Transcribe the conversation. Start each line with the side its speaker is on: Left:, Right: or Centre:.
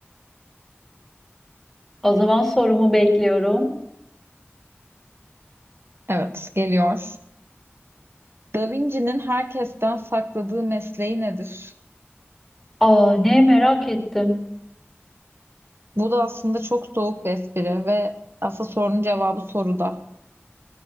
Centre: O zaman sorumu bekliyorum.
Right: Evet geliyor. Da Vinci'nin herkesten sakladığı mesleği nedir?
Centre: Aa ne merak ettim.
Right: Bu da aslında çok soğuk bir espri ve aslında sorunun cevabı soruda.